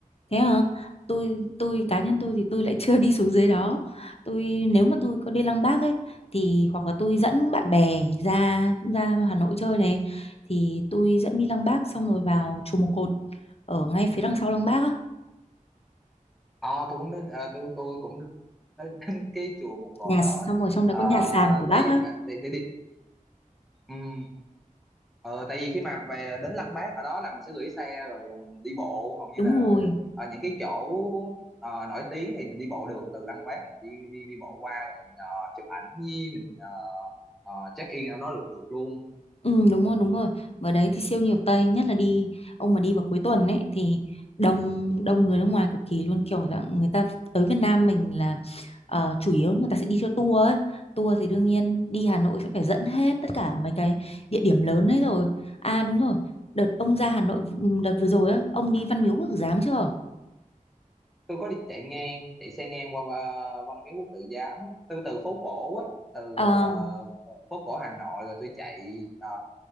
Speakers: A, on the left (about 45°); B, in the centre.
A: Thế hả tôi tôi cá nhân tôi thì tôi lại <laughs> chưa đi xuống dưới đó tôi nếu mà tôi có đi Lăng Bác ấy thì hoặc là tôi dẫn bạn bè ra cũng ra Hà Nội chơi này thì tôi dẫn đi Lăng Bác xong rồi vào chùa Một Cột ở ngay phía đằng sau lăng Bác á
B: Ờ, tôi cũng đến ờ, tôi tôi cũng đến <laughs> đến cái chùa một cột
A: nhà xong
B: đó
A: rồi trong đấy
B: Ờ,
A: có nhà sàn của bác
B: tại vì
A: á
B: à, tại, tại, vì- ừm, Ờ, tại vì khi mà về đến Lăng Bác ở đó là mình sẽ gửi xe rồi mình đi bộ hầu như
A: đúng
B: là
A: rồi
B: ở những cái chỗ ờ, nổi tiếng thì mình đi bộ được từ Lăng Bác mình đi đi đi bộ qua rồi mình ờ, chụp ảnh với mình ờ, ờ, check in ở đó được được luôn
A: ừ đúng rồi đúng rồi ở đấy thì siêu nhiều Tây nhất là đi ông mà đi vào cuối tuần ấy thì đông đông người nước ngoài cực kỳ luôn kiểu dạng người ta tới Việt Nam mình là ờ, chủ yếu người ta sẽ đi theo tour ấy tour thì đương nhiên đi Hà Nội sẽ phải dẫn hết tất cả mấy cái địa điểm lớn ấy rồi à đúng rồi đợt ông ra Hà Nội ừ, đợt vừa rồi á ông đi Văn Miếu Quốc Tử Giám chưa
B: tôi có đi chạy ngang chạy xe ngang qua ờ, Văn Miếu Quốc Tử Giám Tôi từ phố cổ á từ
A: Ờ
B: ờ, ờ, phố cổ Hà Nội rồi tôi chạy ờ,